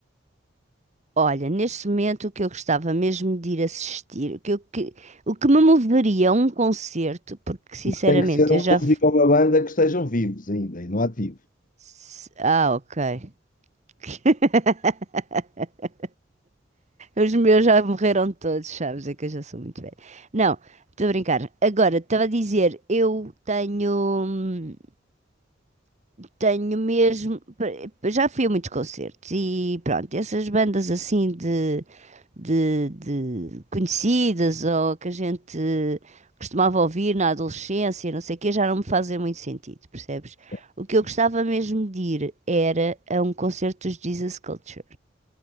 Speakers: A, on the right; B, on the left.
A: Olha, neste momento o que eu gostava mesmo de ir assistir, o que, eu que- o que me moveria a um concerto, porque sinceramente
B: Mas tem que ser um
A: eu já.
B: músico
A: f-
B: ou uma banda que estejam vivos ainda e não ativos.
A: s- Ah, ok. <laughs> Os meus já morreram todos, sabes? É que eu já sou muito velha. Não, estou a brincar. Agora, estava a dizer, eu tenho. hum, Tenho mesmo. Já fui a muitos concertos e pronto, essas bandas assim de, de, de conhecidas ou que a gente costumava ouvir na adolescência, não sei o quê, já não me fazem muito sentido, percebes?
B: Certo?
A: O que eu gostava mesmo de ir era a um concerto dos Jesus Culture.